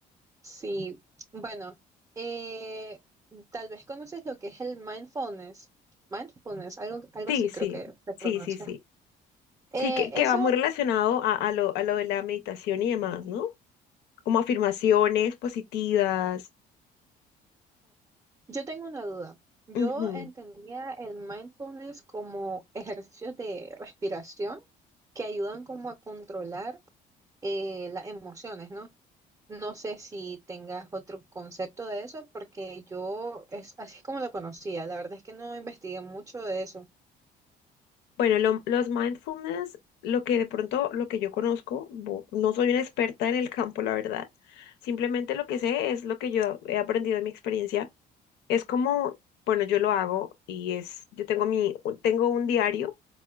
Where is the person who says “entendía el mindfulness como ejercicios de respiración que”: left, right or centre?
Right